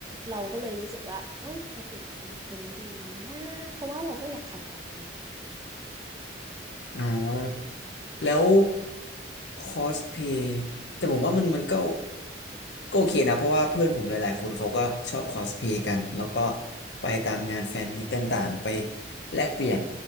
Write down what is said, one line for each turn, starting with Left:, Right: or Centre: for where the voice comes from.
Right: เราก็เลยรู้สึกว่าเอ้ย เราเปลี่ยนคอนเทนต์ดีไหมนะเพราะว่าเราก็อยากขายของไง
Left: อ่าแล้วคอสเพย์แต่ผมว่ามันมันก็ก็โอเคนะเพราะว่าเพื่อนผมหลายๆคนเขาก็ชอบคอสเพย์กันแล้วก็ไปตามงานแฟนมีตต่างๆไปแลกเปลี่ยน